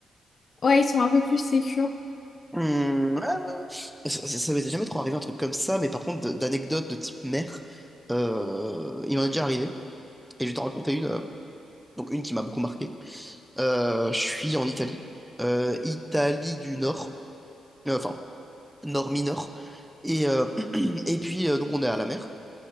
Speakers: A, on the left; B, in the centre.
A: Ouais, ils sont un peu plus sécures.
B: Hmm, ouais, ouais, ouais. Ça, ça- ça m'était jamais trop arrivé un truc comme ça, mais par contre, de- d'anecdotes de type mère, euh, il m'en est déjà arrivé. Et je vais t'en raconter une, euh, donc une qui m'a beaucoup marqué. Euh, je suis en Italie, Euh, Italie du Nord, Euh, enfin, nord mineur. Et, euh, <clears throat> et puis, euh, donc, on est à la mer.